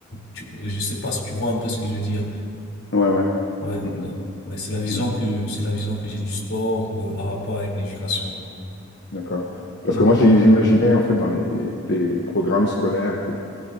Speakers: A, on the left; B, on the left.
A: tu- je sais pas si tu vois un peu ce que je veux dire.
B: Ouais, ouais.
A: Ouais,
B: Mhm.
A: donc, ouais, c'est la vision
B: Mhm.
A: que c'est la vision que j'ai du sport euh, en rapport avec l'éducation.
B: D'accord. Parce
A: Mhm,
B: que moi, j'ai- j'imaginais, en fait, dans les, les- les programmes scolaires